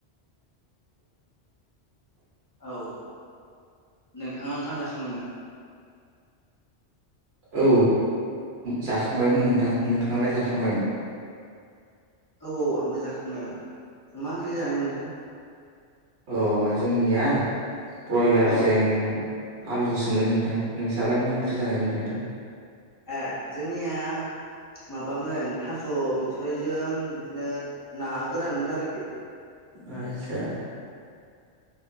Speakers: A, on the left; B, on the right.
A: औ नोंथाङा ओंखाम जाखांबायमोन
B: औ जाखांबायमोन नोंथां नोंथाङालाय जाखांबायमोन
A: औ औ आंबो जाखांबायमोन मा ओंख्रि जानायमोन नोंथां
B: अ जोंनिया ब्रयलारजों
A: औ
B: आलुसोमोन नोंथां नोंसालाय मा ओंख्रि जानायमोन नोंथां
A: ए जोंनिया माबामोन था स' बिथराइजों बिदिनो ना गोरान मोनो आरोखि
B: आथसा